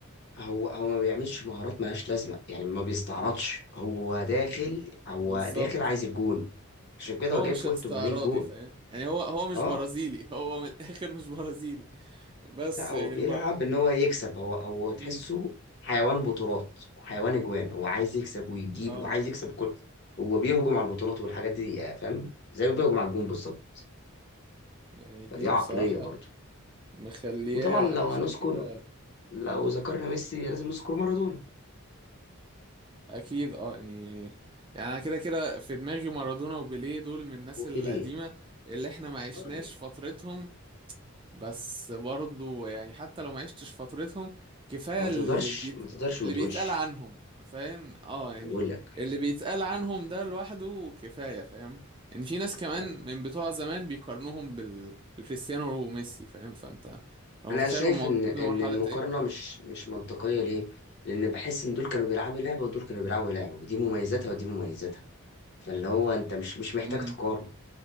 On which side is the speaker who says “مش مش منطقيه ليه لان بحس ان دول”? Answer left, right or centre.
Left